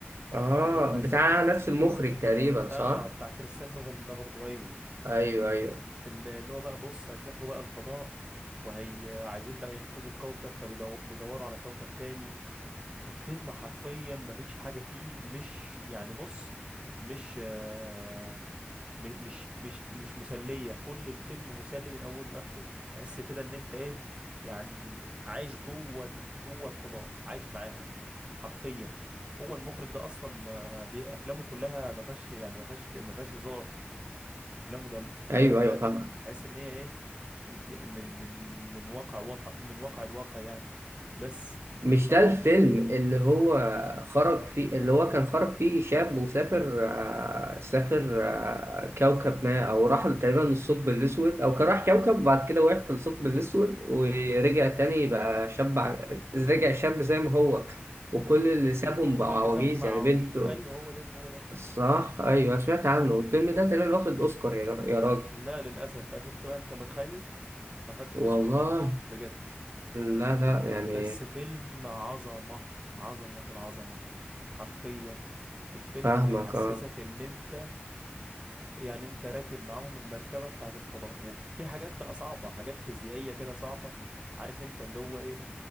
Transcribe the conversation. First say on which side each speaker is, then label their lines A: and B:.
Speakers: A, on the right; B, on the right.
A: اه
B: عن انهم هيسافروا
A: بتاع نفس المخرج تقريبا صح
B: اه بتاع كريستيان نوفل ده برضو ايوه
A: ايوه ايوه
B: اللي اللي هو بقى بص هيسافروا بقى الفضاء وهي عايزين بقى ينقذوا الكوكب فبيدوروا على كوكب تاني الفيلم حرفيا مفيش حاجة فيه مش يعني بص مش آه، م- مش مش مش مسلية كل الفيلم مسلي من اوله لاخره تحس كده ان انت ايه يعني عايش جوه ال- جوه الفضاء عايش معاهم حرفيا هو المخرج ده اصلا آه، بي- افلامه كلها ما فيهاش يعني ما فيهاش ما فيهاش هزار افلامه ده كلها
A: ايوه
B: كده
A: ايوه فاهم
B: تحس ان هي ايه الج- من من من واقع واقع من واقع الواقع يعني بس
A: مش
B: فبرضه
A: ده الفيلم اللي هو خرج فيه اللي هو كان خرج فيه شاب وسافر آه، سافر آه، كوكب ما او راح تقريبا للثقب الاسود او كان راح كوكب وبعد كده وقف في الثقب الاسود ورجع تاني بقى شاب ع- رجع شاب زي ما هو وكل اللي سابهم
B: كل
A: بقوا
B: اللي
A: عواجيز
B: سابهم مع
A: يعني
B: عواجيز
A: بنته
B: ايوه هو ده هو ده
A: الصراحة ايوه سمعت عنه الفيلم ده تقريبا واخد اوسكار يا يا راجل
B: لا للاسف بقى شفت بقى انت متخيل ما خدش
A: والله
B: اوسكار بجد
A: لا لا يعني
B: بس فيلم عظمة عظمة العظمة حرفيا الفيلم
A: فاهمك
B: بيحسسك
A: اه
B: ان انت يعني انت راكب معاهم المركبة بتاعت الفضاء وفي حاجات بقى صعبة حاجات فيزيائية كده صعبة عارف انت اللي هو ايه